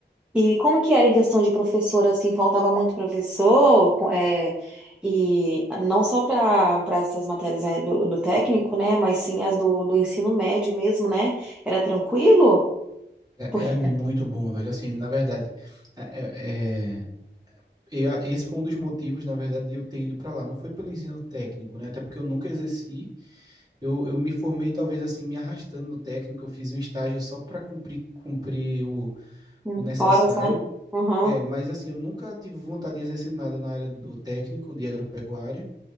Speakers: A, in the centre; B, on the right.
A: E como que era em questão de professor, assim, faltava muito professor? Co- eh, e não só para para essas matérias, eh, do, do técnico, né? Mas sim as do, do ensino médio mesmo, né? Era tranquilo?
B: É-
A: Porque.
B: Era muito bom, velho. Assim, na verdade, é, é- é, e a- esse foi um dos motivos, na verdade, de eu ter ido para lá. Não foi pelo ensino técnico, né? Até porque eu nunca exerci. Eu, eu me formei, talvez assim, me arrastando no técnico. Eu fiz um estágio só para cumprir, cumprir o,
A: Uhum.
B: o necessário.
A: Horas, né? Uhum.
B: É, mas assim, eu nunca tive vontade de exercer nada na área do técnico, de agropecuária.